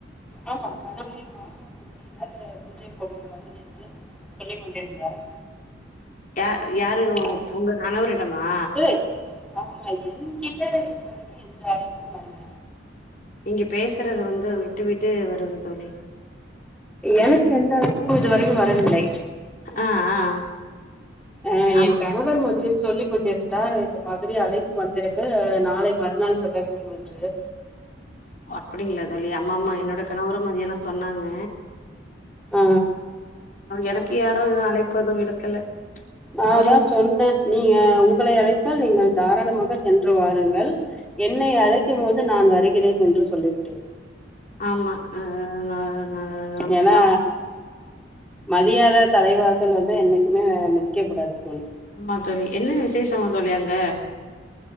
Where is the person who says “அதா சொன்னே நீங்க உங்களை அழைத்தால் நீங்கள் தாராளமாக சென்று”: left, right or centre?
Centre